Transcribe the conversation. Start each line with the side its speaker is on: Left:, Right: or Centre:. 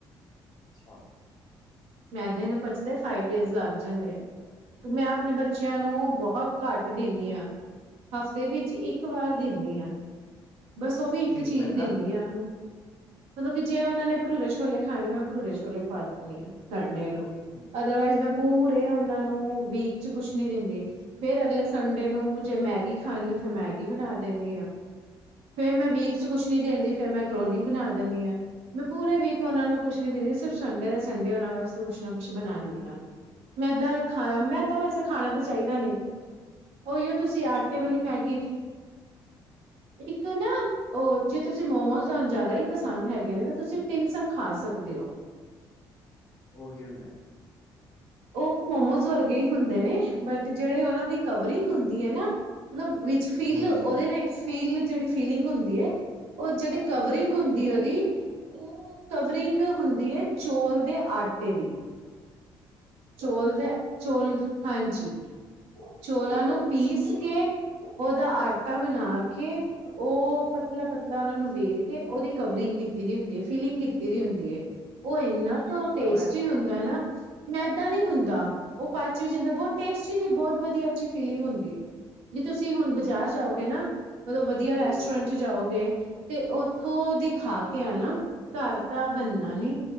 Left: ਛਾ।
Right: ਮੈਦੇ ਨੂੰ ਪਚਦੇ ਫਾਈਵ ਡੇਜ਼ ਲੱਗ ਜਾਂਦੇ ਨੇ ਮੈਂ ਆਪਨੇ ਬੱਚਿਆਂ ਨੂੰ ਬਹੁਤ ਘੱਟ ਦਿੰਨੀ ਹਾਂ ਹਫ਼ਤੇ ਵਿੱਚ ਇੱਕ ਵਾਰ ਦਿੰਨੀ ਆ। ਬਸ ਉਹ ਵੀ ਇੱਕ
Left: ਕੀ
Right: ਚੀਜ਼
Left: ਮੈਦਾ
Right: ਦਿੰਨੀ ਆ ਮਤਲਬ ਕਿ ਜੇ ਉਹਨਾਂ ਨੇ ਭਟੂਰੇ ਛੋਲੇ ਖਾਨੇ ਮੈਂ ਭਟੂਰੇ ਛੋਲੇ ਖਵਾ ਦਿੰਨੀ ਆ। ਸੰਡੇ ਨੂੰ
Left: ਹਮ
Right: ਅਦਰਵਾਈਜ਼ ਮੈਂ ਪੂਰੇ ਉਹਨਾਂ ਨੂੰ ਵੀਕ ਚ ਕੁਛ ਨਹੀਂ ਦਿੰਦੀ ਫਿਰ ਅਗਲੇ ਸੰਡੇ ਨੂੰ ਜੇ ਮੈਗੀ ਖਾਨੀ ਆ ਫੇਰ ਮੈਗੀ ਬਨਾ ਦੇਨੀ ਆ। ਫੇਰ ਮੈਂ ਵੀਕ--ਚ ਕੁਛ ਨੀ ਦੇਂਦੀ ਫਿਰ ਮੈਕਰੋਨੀ ਬਨਾ ਦੇਨੀ ਆ ਮੈਂ ਪੂਰੇ ਵੀਕ ਉਹਨਾ ਨੂੰ ਕੁਛ ਨੀ ਦੇਂਦੀ ਸਿਰਫ ਸੰਡੇ ਦੇ ਸੰਡੇ ਉਹਨਾਂ ਵਾਸਤੇ ਕੁਸ਼ ਨਾ ਕੁਸ਼ ਬਨਾਨੀ ਆ ਮੈਦਾ ਖਾ ਮੈਦਾ ਵੈਸੇ ਖਾਣਾ ਤਾਂ ਚਾਹੀਦਾ ਨੀ ਉਹੀ ਤੁਸੀਂ ਆਟੇ
Left: ਹਮ
Right: ਵਾਲੀ ਮੈਗੀ-ਤੁ ਇੱਕ ਨਾ ਉਹ ਜੇ ਤੁਸੀਂ ਮੋਮੋਸ ਤੁਹਾਨ ਜ਼ਆਦਾ ਈ ਪਸੰਦ ਹੈਗੇ ਨੇ ਤਾਂ ਤੁਸੀਂ ਟਿਮਸਮ ਖਾ ਸਕਦੇ ਹੋ
Left: ਉਹ ਕੀ ਹੁੰਦਾ?
Right: ਉਹ ਮੋਮਸ ਵਰਗੇ ਹੀ ਹੁੰਦੇ ਨੇ ਬਟ ਜਿਹੜੇ ਉਹਨਾਂ ਦੀ ਕਵਰਿੰਗ ਹੁੰਦੀ ਏ ਨਾ ਮਤਲਬ ਵਿੱਚ ਫੀਲ
Left: ਹਮ
Right: ਉਹਦੇ ਨਾਲ ਫੀਲ ਜਿਹੜੀ ਫੀਲਿੰਗ ਹੁੰਦੀ ਏ ਉਹ ਜਿਹੜੀ ਕਵਰਿੰਗ ਹੁੰਦੀ ਏ ਉਹਦੀ ਉਹ ਕਵਰਿੰਗ ਹੁੰਦੀ ਏ ਚੌਲ ਦੇ ਆਟੇ ਦੀ ਚੋਲ ਦੇ ਚੋਲ ਹਾਂਜੀ। ਚੋਲਾਂ ਨੂੰ
Left: ਅੱਛਾ
Right: ਪੀਸ ਕੇ। ਉਹਓਦਾ ਆਟਾ ਬਣਾ ਕੇ ਉਹ ਪਤਲਾ ਪਤਲਾ ਉਹਨਾ ਨੂੰ ਵੇਲ ਕੇ ਉਹਦੀ ਕਵਰਿੰਗ ਕੀਤੀ ਦੀ ਹੁੰਦੀ ਹੈ ਫਿਲਿੰਗ ਕੀਤੀ ਦੀ ਹੁੰਦੀ ਹੈ। ਉਹ ਇੰਨਾ
Left: ਅੱਛਾ
Right: ਕੁ
Left: ਪਰ
Right: ਟੇਸਟੀ
Left: ਮੈਂ
Right: ਹੁੰਦਾ ਨਾ ਅਛਾ ਨਾ ਇਦਾਂਨਹੀਂ ਹੁੰਦਾ ਉਹ ਪੱਚ ਵੀ ਜਾਂਦਾ ਜਾਂਦਾ ਬਹੁਤ ਟੇਸਟੀ ਵੀ ਬਹੁਤ ਵਧੀਆ ਅੱਛੀ ਫੀਲਿੰਗ ਹੁੰਦੀ ਹੈ ਜੇ ਤੁਸੀਂ ਹੁਣ ਬਾਜ਼ਾਰ ਜਾਓਗੇ ਨਾ ਮਤਲੋਂ ਵਧੀਆ
Left: ਹਮ
Right: ਰੈਸਟੋਰੈਂਟ ਚ ਜਾਓਗੇ ਤੇ ਉੱਥੋਂ ਦੀ ਖਾ ਕੇ ਆ ਨਾ ਘਰ ਤਾਂ ਬਣਨਾ ਨੀ